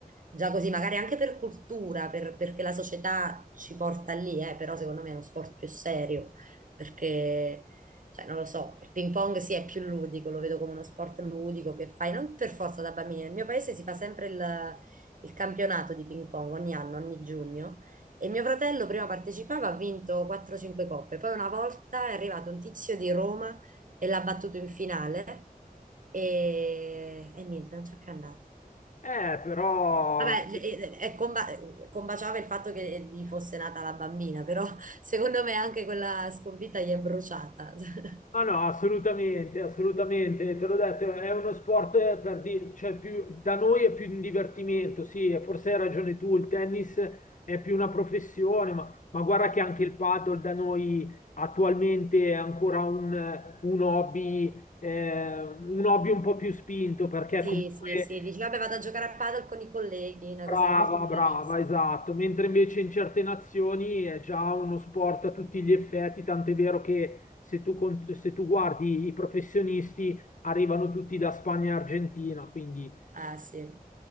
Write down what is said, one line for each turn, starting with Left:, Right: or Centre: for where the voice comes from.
Right: già così, magari anche per cultura, per- perché la società ci porta lì, eh, però secondo me è uno sport più serio, perché, cioè, non lo so, il ping pong sì è più ludico, lo vedo come uno sport ludico che fai, non per forza da bambini, nel mio paese si fa sempre il il campionato di ping pong ogni anno, ogni giugno. E mio fratello prima partecipava, ha vinto 4-5 coppe. Poi una volta è arrivato un tizio di Roma e l'ha battuto in finale e, e niente, non c'è più andato.
Left: Eh, però
Right: Vabbè, e- e- e comba- combaciava il fatto che gli fosse nata la bambina, però <laughs> secondo me anche quella sconfitta gli è bruciata. <laughs>
Left: Ah no, assolutamente, assolutamente, te l'ho detto, è uno sport eh, per dire, cioè più, da noi è più un divertimento, sì, e forse hai ragione tu, il tennis è più una professione, ma, ma guarda che anche il paddle da noi attualmente è ancora un, un hobby, eh, un hobby un po' più spinto, perché
Right: Sì,
Left: comunque
Right: sì, sì, dice, vabbè, vado a giocare a padel con i colleghi, una
Left: Brava,
Right: cosa molto milanese.
Left: brava, esatto. Mentre invece in certe nazioni è già uno sport a tutti gli effetti, tant'è vero che se tu, cont- se tu guardi i professionisti arrivano tutti da Spagna e Argentina, quindi
Right: Ah, sì.